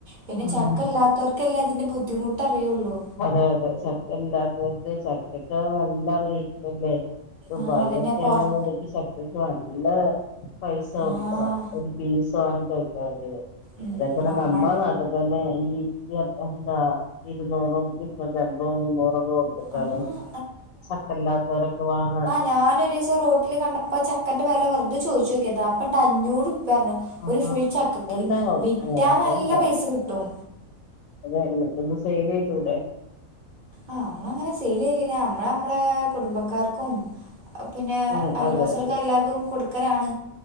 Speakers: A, on the right; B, on the left.
A: പിന്നെ
B: ആഹ്
A: ചക്കല്ലാത്തോർക്കല്ലേ അതിന്റെബുദ്ധിമുട്ടറിയൊള്ളൂ
B: അതെഅതെ ചക്കല്ലാത്തോർക്ക് ചക്കക്ക്നല്ലറൈറ്റല്ലേ? ദുബൈലൊക്കെണ്ന്ന്ണ്ടെങ്കി
A: ആഹ് അതന്നെ പൊറ
B: ചക്കക്ക് നല്ല പൈസകൊട്ക്കണം
A: ആഹ്
B: ഒര് പീസ് വാങ്ങിക്കഴിക്കണെങ്കില്
A: ഉം
B: അതേപോലെനമ്മളെനാട്ട്ത്തതന്നെ
A: നമ്മൾ
B: ഈ ഇയർഎന്താ <unintelligible>
A: ആഹ് ഞാനൊരിസ്സം റോട്ടില്കണ്ടപ്പ ചക്കന്റെ വെലവെറ്തെ ചോയ്ച്ചോക്കിയതാ അപ്പണ്ട്അഞ്ഞൂറ്പ്യാറ്ണ്
B: ആ
A: ഒര് ഫുൾചക്കക്ക്
B: ഉണ്ടാവും
A: വിറ്റാ
B: അങ്ങനൊക്കെ
A: നല്ലപൈസകിട്ടും
B: ഉണ്ടാവും അതെ ഇങ്ങക്ക്ന്നാ സെയിലെയ്തൂടെ
A: ആഹ് അമ്മളങ്ങനെ സെയിലെയ്ലില്ലാ അമ്മളമ്മളേ കുടുംബക്കാർക്കും പിന്നെ
B: ഉം
A: അയൽവാസിയാൾക്കെല്ലാർക്കും
B: അതെ അതെ
A: കൊട്ക്കലാണ്